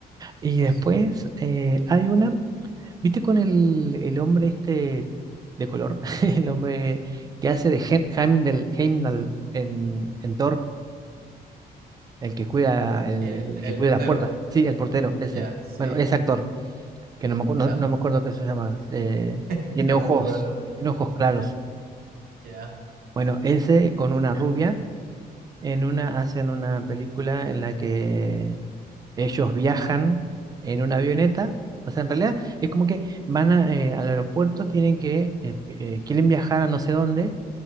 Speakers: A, on the right; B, on the right.
A: Y
B: pues,
A: después eh, hay una, ¿viste con el, el hombre este de color? <laughs> El hombre que hace de Heim- Heimdall, Heimdall en, en Thor, el que cuida, el,
B: el,
A: el
B: el
A: que cuida
B: portero,
A: las puertas. Sí, el portero, ese.
B: ya, sí.
A: Bueno, ese actor, que no me, acu-
B: Ya,
A: no, no me acuerdo qué se llama. eh,
B: de
A: tiene ojos,
B: pongo el nombre.
A: tiene ojos claros.
B: Ya,
A: Bueno, ese con una rubia En una hacen una película en la que ellos viajan en una avioneta. O sea, en realidad es como que van a, eh, al aeropuerto, tienen que, eh, eh, quieren viajar a no sé dónde